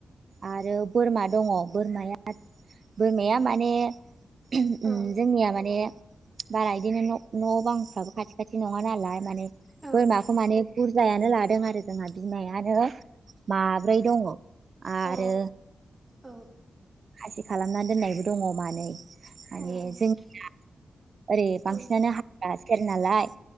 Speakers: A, on the right; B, in the centre.
A: आरो बोरमा दङ बोरमाया बोरमाया माने जोंनिया
B: औ
A: माने बारा बिदिनो न' बांफ्राबो खाथि खाथि नङा नालाय माने
B: औ
A: बोरमाखौ माने बुरजायानो लादों आरो जोंहा बिमायानो माब्रै दङ आरो
B: अ औ
A: खासि खालामना दोननायबो दङ मानै माने
B: अ
A: जोंनिया ओरै बांसिनानो
B: औ
A: हाग्रा सेर नालाय